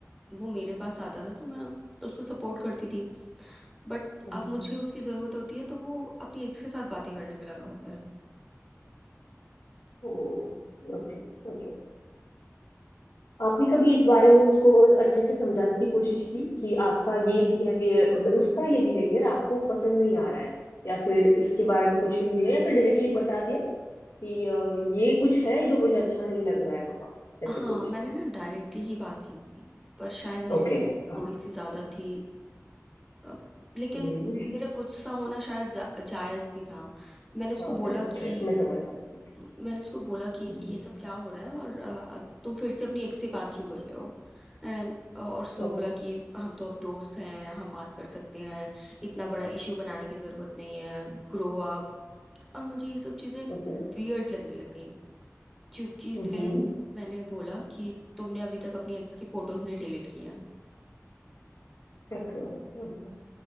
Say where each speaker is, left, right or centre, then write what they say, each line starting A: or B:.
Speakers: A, in the centre; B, on the left (about 80°).
A: वो मेरे पास आता था तो मैं उसको सपोर्ट करती थी बट
B: हम्म,
A: अब मुझे उसकी जरूरत होती है तो वो अपनी एक्स के साथ बातें करने में लगा होता है
B: ओ ओके ओके आपने कभी इस बारे में उसको अच्छे से समझाने की कोशिश की कि आपका ये बिहेवियर मतलब उसका ये बिहेवियर आपको पसंद नहीं आ रहा है या फिर इसके बारे में कुछ हिंट दिया या फिर डायरेक्टली बता दिया कि अ, ये कुछ है जो मुझे अच्छा नहीं लग रहा है बाबा ऐसे
A: हाँ
B: कुछ
A: मैंने ना डायरेक्टली ही बात की थी पर शायद मेरी
B: ओके
A: टोन
B: हाँ
A: थोड़ी सी ज्यादा थी अ, लेकिन
B: हम्म,
A: मेरा गुस्सा होना शायद जा, जायज भी था मैंने उसको
B: हाँ
A: बोला
B: राइट
A: कि
B: राइट मैं समझ सकती
A: मैंने उसको बोला कि
B: हूँ
A: ये सब क्या हो रहा है और अ, तुम फिर से अपनी एक्स से बात क्यों कर रहे हो एंड और उसने
B: ओके
A: बोला कि हम तो अब दोस्त हैं हम बात कर सकते हैं इतना बड़ा इशू बनाने की जरूरत नहीं है ग्रो अप और मुझे ये सब चीजें
B: ओके
A: वियर्ड लगने लग गई क्योंकि
B: हम्म
A: फिर मैंने बोला कि तुमने अभी तक अपनी एक्स की फोटोज नहीं डिलीट की हैं
B: ओके